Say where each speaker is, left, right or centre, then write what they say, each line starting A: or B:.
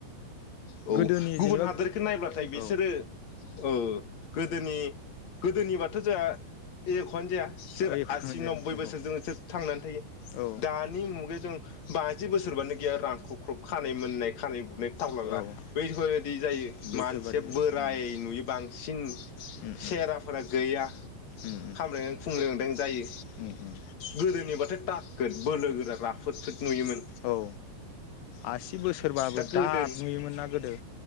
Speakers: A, on the left; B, on the left.
A: औ
B: गोदोनि
A: गुबुन
B: जेनेबा
A: हादोरखौ नायब्लाथाय बिसोरो
B: औ
A: ओ। गोदोनि गोदोनिबाथ' जोंहा एख'आनो जाया। सिरि
B: औ एखुनु
A: आसि
B: जाया
A: नोबबै
B: औ
A: बोसोर जों सोर थांनानै थायो
B: औ
A: दानि मुगायाव जों बाजि बोसोरबानो गैया रांखौ ख्रब खानाय मोननाय खानाय बु नै टावलाला
B: औ
A: बैफोरदि जायो
B: बैफोरबादि
A: मानसिया बोराय
B: उम
A: नुयो बांसिन
B: उम
A: सेराफोरा
B: उम
A: गैया
B: उम
A: खामलांदों खुंलेंदों जायो
B: उम उम उम
A: गोदोनिबाथ' था बोलो गोरा राफोद फोद। नुयोमोन
B: औ आसि बोसोर सोरबाबो
A: दा गोदो
B: दाद नुयोमोन ना गोदो